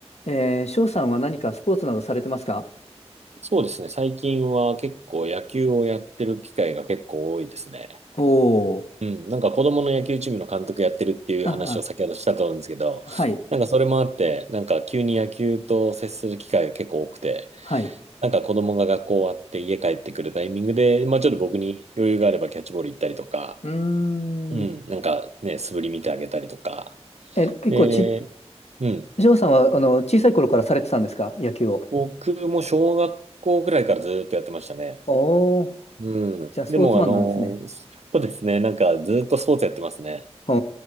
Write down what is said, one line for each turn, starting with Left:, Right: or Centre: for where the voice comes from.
Left: えー、翔さんは何かスポーツなどされてますか
Right: そうですね。最近は結構野球をやってる機会が結構多いですね。
Left: おおー。
Right: うん。なんか子供の野球チームの監督やってるっていう話を先ほどしたと思うんですけど、
Left: あ、あ、はい、
Right: なんかそれもあって、なんか急に野球と接する機会が結構多くて、
Left: はい。
Right: なんか子供が学校終わって家帰ってくるタイミングで、まあちょっと僕に余裕があればキャッチボール行ったりとか、
Left: うー
Right: うん。
Left: ん。
Right: なんかね、素振り見てあげたりとか。
Left: え、結構ち、
Right: で、うん。
Left: 翔さんは、あの、小さい頃からされてたんですか野球を。
Right: 僕も小学校くらいからずっとやってましたね。
Left: おお。
Right: うん。
Left: じゃあ、スポーツマンなんですね。
Right: でも、あの、そうですね。なんか、ずっとスポーツやってますね。
Left: お